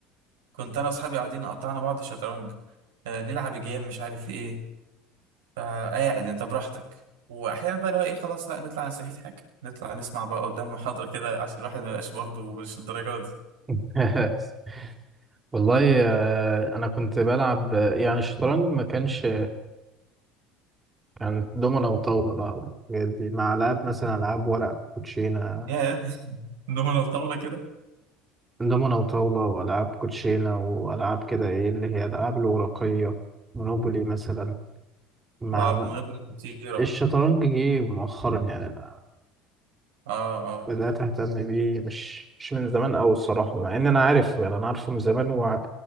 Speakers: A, on the right; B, on the right.
A: كنت أنا وأصحابي قاعدين قطعنا بعض الشطرنج آه، نلعب جيم مش عارف إيه فقاعد انت براحتك واحيانا بقى اللي هو ايه خلاص لا نطلع نستفيد حاجه نطلع نسمع بقى قدام محاضره كده عشان الواحد ما يبقاش برضه مش الدرجه دي
B: <laughs> والله آه، انا كنت بلعب آه، يعني الشطرنج ما كانش يعني دومنا وطاولة بقى والحاجات دي مع ألعاب مثلا ألعاب ورق كوتشينة
A: يا <laughs> انما لو طاوله كده
B: دومنا وطاولة وألعاب كوتشينة وألعاب كده إيه اللي هي الألعاب الورقية مونوبولي مثلا مع
A: اه
B: م-
A: منبه خطيره
B: الشطرنج جه مؤخرا يعني أنا
A: اه اه
B: بدأت أهتم بيه مش مش من زمان أوي الصراحة مع إن أنا عارفه يعني أنا عارفه من زمان وع-